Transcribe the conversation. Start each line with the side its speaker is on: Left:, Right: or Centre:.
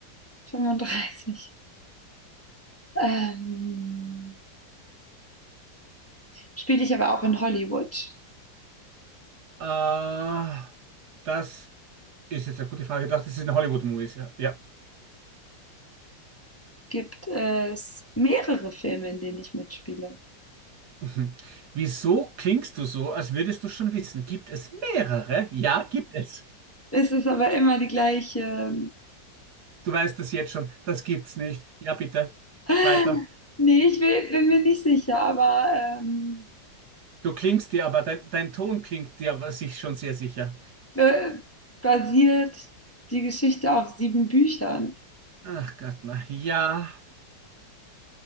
Left: fünfunddreißig. Ähm, spiele ich aber auch in Hollywood.
Right: Äh, das Ist jetzt eine gute Frage. Ich dachte, das ist ein Hollywood-Movies. Ja. ja.
Left: Gibt es mehrere Filme, in denen ich mitspiele.
Right: <laughs> Wieso klingst du so, als würdest du schon wissen? Gibt es mehrere? Ja, gibt es.
Left: Es ist aber immer die gleiche.
Right: Du weißt das jetzt schon. Das gibt's nicht. Ja, bitte.
Left: <laughs>
Right: Weiter.
Left: Nee, ich will, bin mir nicht sicher, aber ähm,
Right: Du klingst dir aber, dein, dein Ton klingt dir aber sich schon sehr sicher.
Left: äh, basiert die Geschichte auf sieben Büchern.
Right: Ach Gott, na ja.